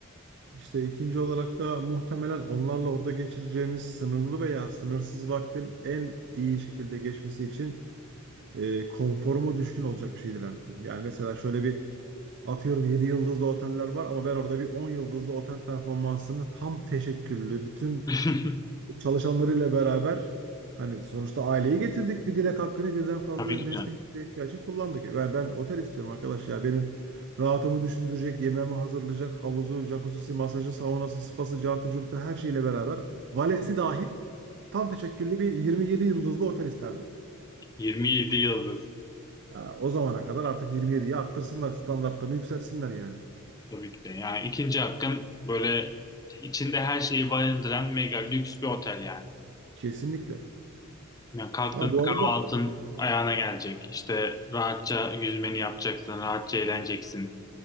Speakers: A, on the right (about 55°); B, on the left (about 15°).
A: İşte ikinci olarak da muhtemelen onlarla orada geçireceğimiz sınırlı veya sınırsız vaktin en iyi şekilde geçmesi için e, konforuma düşkün olacak bir şey dilerdim. Yani mesela şöyle bir atıyorum 7 yıldızlı oteller var ama ben orada bir 10 yıldızlı otel performansını tam teşekküllü, bütün
B: <laughs>
A: çalışanlarıyla beraber hani sonuçta aileyi getirdik bir dilek hakkını birden fazla
B: Tabii
A: nesneye
B: ki de.
A: ihtiyaç için kullandık. E, Ben, ben otel istiyorum arkadaş ya benim rahatımı düşündürecek, yemeğimi hazırlayacak, havuzu, jacuzzi, masajı, saunası, spası, cartı, curtu her şeyle beraber valesi dahil tam teşekküllü bir 27 yıldızlı otel isterdim.
B: 27 yıldız.
A: Ya, o zamana kadar artık 27'yi arttırsınlar, standartlarını yükseltsinler yani.
B: Tabii ki de. Yani ikinci hakkın böyle içinde her şeyi barındıran mega lüks bir otel yani.
A: Kesinlikle.
B: Yani kalktığında
A: Ha, bu
B: kahvaltın
A: arada
B: ayağına gelecek. İşte rahatça yüzmeni yapacaksın, rahatça eğleneceksin.